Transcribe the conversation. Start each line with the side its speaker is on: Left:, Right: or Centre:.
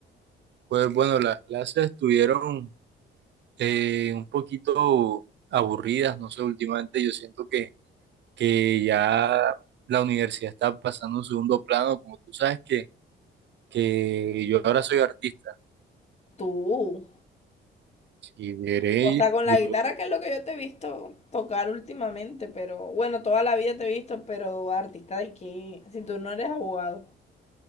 Right: Pues bueno, las clases estuvieron eh, un poquito aburridas, no sé, últimamente yo siento que, que ya la universidad está pasando a un segundo plano, como tú sabes que, que yo ahora soy artista.
Left: Tú.
Right: Y Bere,
Left: O sea, con la
Right: yo,
Left: guitarra, que es lo que yo te he visto tocar últimamente, pero bueno, toda la vida te he visto, pero artista de qué, si tú no eres abogado,